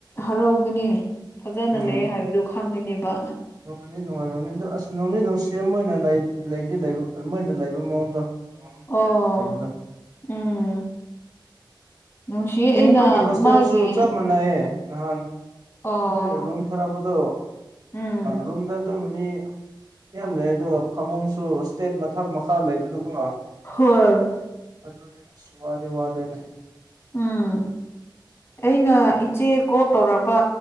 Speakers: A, on the left (about 30°); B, on the right (about 55°).
A: ꯍꯔꯥꯎꯒꯅꯤ ꯐꯖꯅ
B: ꯎꯝ
A: ꯂꯩ ꯍꯥꯏꯕꯗꯨ ꯈꯪꯒꯅꯦꯕ
B: ꯅꯨꯡꯉꯥꯏꯅꯤ ꯅꯨꯡꯉꯥꯏꯔꯝꯅꯤ ꯑꯗꯣ ꯑꯁ ꯅꯣꯡꯅꯤ ꯅꯨꯡꯁꯤ ꯑꯃ ꯑꯣꯏꯅ ꯂꯩꯗꯤ ꯂꯩꯕ ꯃꯣꯏꯅ ꯂꯩꯕ ꯃꯑꯣꯡꯗꯣ ꯗꯣꯝ
A: ꯑꯣ
B: ꯇꯥꯏꯞꯇ ꯂꯩꯕꯗꯣ
A: ꯎꯝ ꯅꯨꯡꯁꯤꯌꯦ
B: ꯇꯤꯃꯈꯣꯏꯒꯤ
A: ꯑꯩꯅ
B: ꯍꯣꯁꯇꯦꯜꯁꯨ
A: ꯃꯥꯒꯤ
B: ꯆꯞ ꯃꯥꯟꯅꯏꯌꯦ ꯅꯍꯥꯟ
A: ꯑꯣ
B: ꯃꯣꯏ ꯔꯨꯝ ꯊꯥꯔꯛꯄꯗꯣ
A: ꯎꯝ
B: ꯔꯨꯝꯗ ꯑꯗꯨꯝ ꯑꯅꯤ ꯌꯥꯝ ꯂꯩ ꯑꯗꯨꯒ ꯐꯃꯨꯡꯁꯨ ꯏꯁꯇꯦꯠ ꯃꯊꯛ ꯃꯈꯥ ꯂꯩꯕꯗꯨꯀꯣ
A: ꯍꯣꯏ
B: ꯑꯗꯨꯅꯦ ꯑꯁ ꯋꯥꯗꯦ ꯋꯥꯗꯣꯏꯅꯦ
A: ꯎꯝ ꯑꯩꯅ ꯏꯆꯦ ꯀꯣꯜ ꯇꯧꯔꯛꯄ